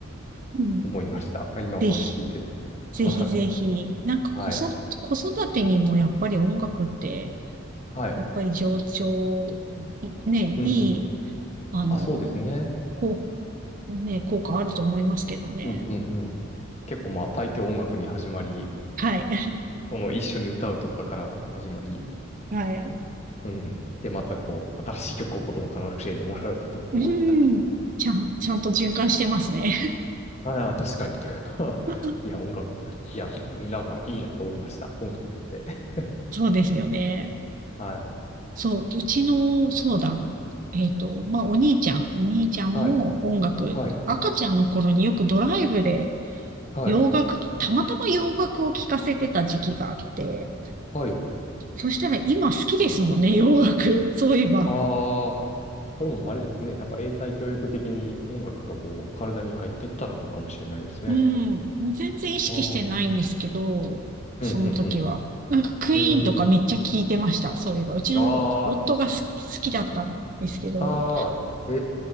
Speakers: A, on the right; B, on the left.
A: うん。
B: 思いました。今お話聞いてて。
A: ぜひ、ぜひぜひ。
B: <laughs>
A: なんか子そ、
B: はい。
A: 子育てにもやっぱり音楽って、
B: はい。
A: やっぱり情緒、いね、
B: うんうんうん。
A: いい、あの、
B: あ、そうですね。
A: こう、ね、効果あると思いますけどね。
B: うんうんうん。結構まあ、大教音楽に始まり、
A: はい。<laughs>
B: その一緒に歌うとかから始まり、
A: はい。
B: うん。で、またこう、新しい曲を子供から教えてもらうってとこもあったり。
A: うん。ちゃん、ちゃんと循環してますね。
B: あ、なんか確かに。<laughs>
A: <laughs>
B: いや、音楽、いや、なんかいいなと思いました。音楽って。
A: そうですよね。
B: はい。
A: そう、うちの、そうだ。えっと、まあ、お兄ちゃん、お兄ちゃんも音楽、
B: はい。はい。
A: 赤ちゃんの頃によくドライブで
B: はい。
A: 洋楽、たまたま洋楽を聴かせてた時期があって、
B: はい。
A: そしたら今好きですもんね、洋楽。<laughs> そういえば。
B: ああ、それもあれですね。なんか英才教育的に音楽がこう、体に入ってったのかもしれないですね。
A: うん。全然意識してないんですけど、
B: ああ。うん、うん、
A: その時は。
B: う
A: なんかクイーンとかめっちゃ聴いてました、
B: ん。うーん。
A: そういえば。うちの夫がす好きだったんですけど。
B: ああ、ああ、え